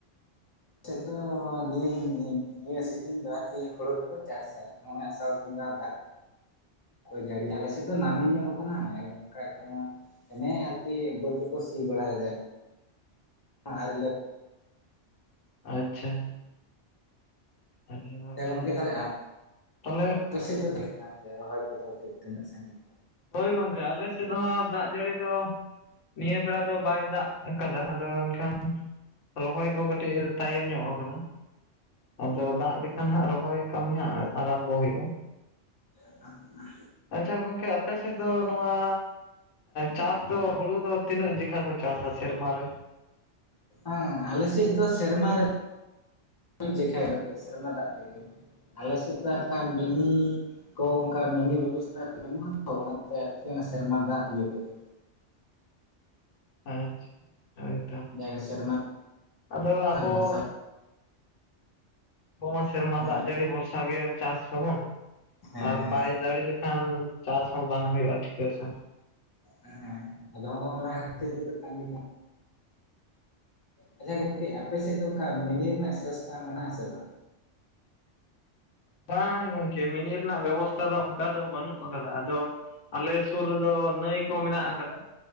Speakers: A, on the left; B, on the left.
A: <unintelligible> ᱱᱤᱭᱟᱹ ᱥᱤᱡᱤᱱ ᱫᱚ ᱟᱨᱠᱤ ᱦᱚᱲᱚ ᱜᱮᱠᱚ ᱪᱟᱥᱟ ᱱᱚᱜᱼᱚᱭ ᱟᱥᱟᱲ ᱵᱚᱸᱜᱟ ᱫᱟᱜ ᱟᱫᱚ ᱡᱟᱹᱲᱤ ᱟᱞᱮ ᱥᱮᱫ ᱫᱚ ᱱᱟᱹᱢᱤ ᱧᱚᱜ ᱟᱠᱟᱱᱟ ᱚᱱᱠᱟ ᱡᱮᱢᱚᱱ ᱦᱚᱱᱮ ᱟᱨᱠᱤ ᱵᱟᱹᱫᱽ ᱠᱚᱠᱚ ᱥᱤ ᱵᱟᱲᱟᱭᱮᱫᱟ ᱟᱨ
B: ᱟᱪᱪᱷᱟ ᱟᱹᱰᱤ ᱢᱚᱸᱡᱽ
A: ᱜᱚᱝᱠᱮ ᱛᱟᱦᱞᱮ ᱟᱯ...
B: ᱛᱟᱦᱚᱞᱮ
A: ᱥᱮᱫ ᱫᱚ ᱛᱟᱦᱟᱞᱮ ᱨᱚᱦᱚᱭ ᱠᱚᱫᱚ ᱛᱤᱱᱟᱹᱜ ᱥᱟᱺᱜᱤᱧ
B: ᱦᱚᱭ ᱜᱚᱝᱠᱮ ᱟᱞᱮ ᱥᱮᱫ ᱦᱚᱸ ᱫᱟᱜ ᱡᱟᱹᱲᱤ ᱫᱚ ᱱᱤᱭᱟᱹ ᱵᱮᱲᱟ ᱫᱚ ᱵᱟᱭ ᱫᱟᱜ ᱟᱠᱟᱫᱟ ᱟᱫᱚ ᱮᱱᱠᱷᱟᱱ ᱨᱚᱦᱚᱭ ᱠᱚ ᱠᱟᱹᱴᱤᱡ ᱛᱟᱭᱚᱢ ᱧᱚᱜ ᱟᱠᱟᱱᱟ ᱟᱫᱚ ᱫᱟᱜ ᱞᱮᱠᱷᱟᱱ ᱦᱟᱸᱜ ᱨᱚᱦᱚᱭ ᱠᱟᱹᱢᱤ ᱦᱟᱸᱜ ᱟᱨᱟᱢᱵᱚ ᱦᱩᱭᱩᱜᱼᱟ
A: <inaudible>
B: ᱟᱪᱪᱷᱟ ᱜᱚᱝᱠᱮ ᱟᱯᱮ ᱥᱮᱫ ᱫᱚ ᱱᱚᱶᱟ ᱪᱟᱥ ᱫᱚ ᱦᱩᱲᱩ ᱫᱚ ᱛᱤᱱᱟᱹᱜ ᱡᱮᱠᱷᱟ ᱠᱚ ᱪᱟᱥ-ᱟ ᱥᱮᱨᱢᱟ ᱨᱮ?
A: ᱦᱮᱸ ᱟᱞᱮ ᱥᱮᱫ ᱫᱚ ᱥᱮᱨᱢᱟ ᱨᱮ ᱢᱤᱫ ᱡᱮᱠᱷᱟ ᱜᱤ ᱥᱮᱨᱢᱟ ᱫᱟᱜ ᱛᱮᱜᱮ ᱟᱞᱮ ᱥᱮᱫ ᱫᱚ ᱟᱨ ᱢᱤᱱᱤ ᱠᱚ ᱚᱱᱠᱟ ᱢᱤᱱᱤ ᱵᱮᱵᱚᱥᱛᱟ ᱠᱚ ᱵᱟᱹᱱᱩᱜᱼᱟ ᱛᱚ ᱚᱱᱟᱛᱮ ᱟᱨᱠᱤ ᱥᱮᱨᱢᱟ ᱫᱟᱜ ᱤᱭᱟᱹ ᱛᱮᱜᱮ
B: ᱟᱪᱪᱷᱟ ᱦᱳᱭᱛᱚ
A: ᱡᱟᱜᱮ ᱥᱮᱨᱢᱟ
B: ᱟᱫᱚ ᱟᱵᱚ
A: ᱫᱟᱜ ᱵᱷᱚᱨᱥᱟ
B: ᱟᱵᱚ ᱢᱟ ᱥᱮᱨᱢᱟ
A: ᱦᱮᱸ
B: ᱫᱟᱜ ᱡᱟᱹᱲᱤ ᱵᱷᱚᱨᱥᱟ ᱜᱮ ᱪᱟᱥ ᱟᱵᱚᱱ
A: ᱦᱮᱸ
B: ᱟᱨ ᱵᱟᱭ ᱡᱟᱲᱤ ᱞᱮᱠᱷᱟᱱ ᱪᱟᱥ ᱦᱚᱸ ᱵᱟᱝ ᱦᱩᱭᱩᱜᱼᱟ ᱴᱷᱤᱠᱟ ᱛᱮ
A: ᱦᱮᱸ ᱟᱫᱚ ᱱᱚᱸᱜᱼᱱᱟ ᱠᱷᱟᱹᱛᱤᱨ ᱜᱮᱛᱚ ᱛᱟᱸᱜᱤ ᱟᱪᱪᱷᱟ ᱜᱚᱝᱠᱮ ᱟᱯᱮ ᱥᱮᱫ ᱫᱚ ᱚᱱᱠᱟ ᱢᱤᱱᱤ ᱨᱮᱱᱟᱜ ᱥᱨᱚᱥᱛᱟ ᱢᱮᱱᱟᱜ ᱟᱥᱮ ᱵᱟᱝ
B: ᱵᱟᱝ ᱜᱚᱝᱠᱮ ᱢᱤᱱᱤ ᱨᱮᱱᱟᱜ ᱵᱮᱵᱚᱥᱛᱷᱟ ᱫᱚ ᱚᱱᱠᱟ ᱫᱚ ᱵᱟᱹᱱᱩᱜ ᱟᱠᱟᱫᱟ ᱟᱫᱚ ᱟᱞᱮ ᱥᱩᱨ ᱨᱮᱫᱚ ᱱᱟᱹᱭ ᱠᱚ ᱢᱮᱱᱟᱜ ᱟᱠᱟᱫᱟ